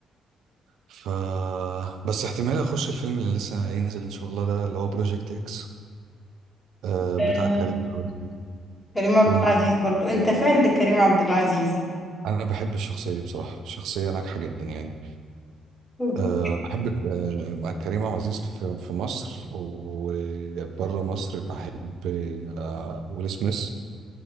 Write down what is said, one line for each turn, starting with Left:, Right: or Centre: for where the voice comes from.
Right: ف بس احتمال اخش الفيلم اللي لسه هينزل ان شاء الله ده اللي هو بروجكت اكس آه
Left: أه،
Right: بتاع كريم عبد العزيز.
Left: كريم عبد
Right: فيلم
Left: العزيز
Right: بت-
Left: برضو أنت فان لكريم عبد العزيز
Right: انا بحب الشخصيه دي بصراحه شخصيه ناجحه جدا يعني
Left: أوكي.
Right: أه بحب ك- آه، مع كريم عبد العزيز في, في مصر وبره مصر بحب أه ويل سميث